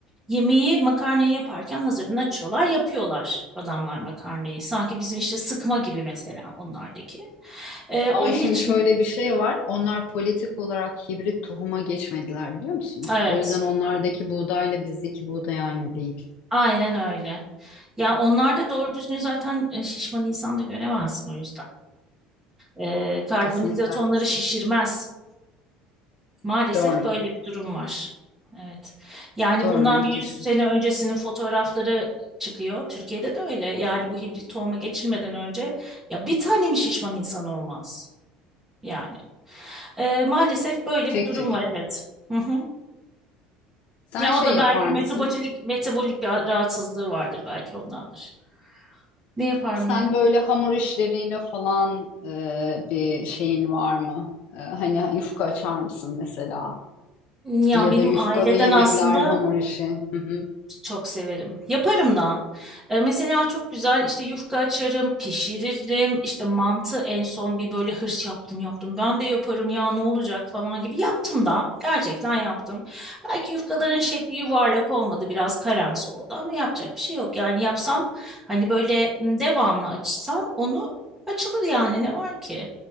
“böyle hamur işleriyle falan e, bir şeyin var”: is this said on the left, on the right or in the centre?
Left